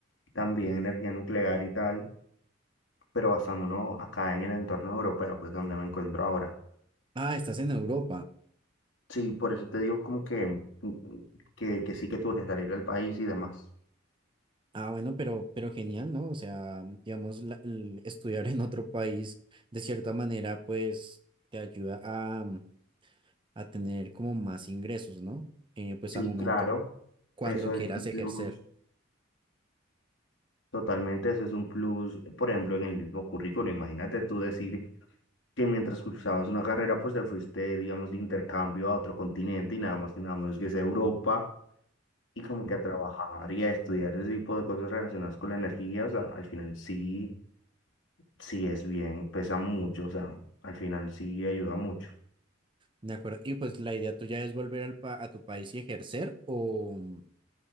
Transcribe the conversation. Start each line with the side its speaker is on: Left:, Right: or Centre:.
Left: también energía nuclear y tal, pero basándonos acá en el entorno europeo, que es donde me encuentro ahora.
Right: Ah, estás en Europa.
Left: Sí, por eso te digo como que, que, que sí que tuve que salir del país y demás.
Right: Ah, bueno, pero, pero genial, ¿no? O sea, digamos, la- el estudiar en otro país, de cierta manera, pues te ayuda a, mm, a tener como más ingresos, ¿no? Eh, pues
Left: Sí,
Right: al momento,
Left: claro,
Right: cuando
Left: eso
Right: quieras
Left: es un plus,
Right: ejercer.
Left: totalmente, eso es un plus, por ejemplo, en el mismo currículo, imagínate tú decir que mientras cursabas una carrera, pues te fuiste, digamos, de intercambio a otro continente y nada más y nada menos que es Europa, y como que a trabajar y a estudiar ese tipo de cosas relacionadas con la energía, o sea, al final sí, sí es bien, pesa mucho, o sea, al final sí ayuda mucho,
Right: De acuerdo. Y pues la idea tuya es volver al pa- a tu país y ejercer o,